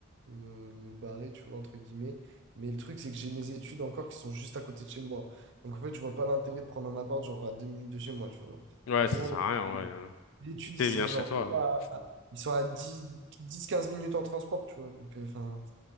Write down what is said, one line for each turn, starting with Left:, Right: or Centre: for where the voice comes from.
Right: me, me barrer, tu vois, entre guillemets. Mais le truc, c'est que j'ai mes études encore qui sont juste à côté de chez moi. Donc, en fait, je vois pas l'intérêt de prendre un appart, genre, à deux minutes de chez moi, tu vois.
Left: Ouais,
Right: Vraiment,
Left: ça sert
Right: les
Left: à rien, ouais.
Right: les études,
Left: Si t'es
Right: ils sont
Left: bien chez
Right: genre,
Left: toi.
Right: à-
Left: hein.
Right: ils sont à dix dix 15 minutes en transport, tu vois. Donc, euh, enfin,